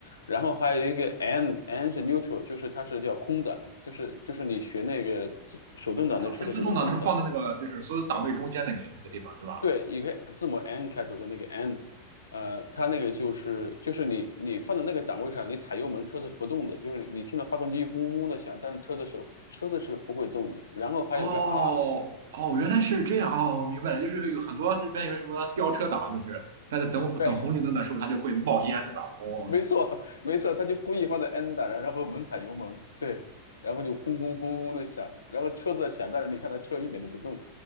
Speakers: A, on the left; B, on the right.
A: 然后还有一个 N，N N 是 neutral，就是它是叫空挡，就是就是你学那个手动挡的车的时候的空挡。
B: 啊，是自动挡的时候放在那个就是所有档位中间那个那个地方对吧？
A: 对，一个字母 N 开头的那个 N，呃，它那个就是就是你你放在那个档位上，你踩油门车子是不动的，就是你你听到发动机轰轰的响，但是车子是车子是不会动的。然后还有个
B: 哦哦，
A: R，
B: 原来是这样哦，我明白了，就是有很多这边有什么飙车党，就是他在等等红绿灯的时候，
A: 对
B: 它就会冒烟，对吧？哦，
A: <laughs> 没错，<laughs> 没错，他就故意放在 N 档，然后然后猛踩油门，对，然后就轰轰轰轰的响，然后车子在响，但是你看他车一点都不动。